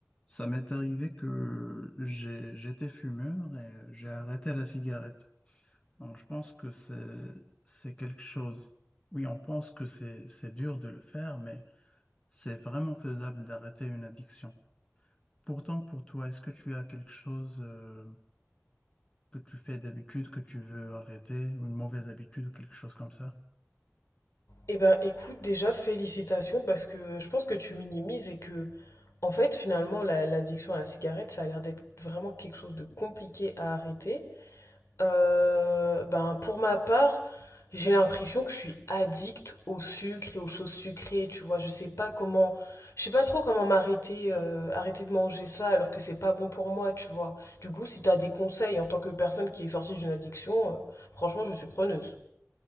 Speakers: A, on the left; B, on the left.
A: Ça m'est arrivé que j'ai, j'étais fumeur et j'ai arrêté la cigarette. Donc je pense que c'est, c'est quelque chose. Oui, on pense que c'est, c'est dur de le faire, mais c'est vraiment faisable d'arrêter une addiction. Pourtant, pour toi, est-ce que tu as quelque chose, euh, que tu fais d'habitude, que tu veux arrêter, ou une mauvaise habitude ou quelque chose comme ça?
B: Eh ben, écoute, déjà, félicitations parce que je pense que tu minimises et que, en fait, finalement, la- l'addiction à la cigarette, ça a l'air d'être vraiment quelque chose de compliqué à arrêter. Euh, ben, pour ma part, j'ai l'impression que je suis addict au sucre et aux choses sucrées, tu vois. Je sais pas comment, je sais pas trop comment m'arrêter, euh, arrêter de manger ça alors que c'est pas bon pour moi, tu vois. Du coup, si t'as des conseils en tant que personne qui est sortie d'une addiction, euh, franchement, je suis preneuse.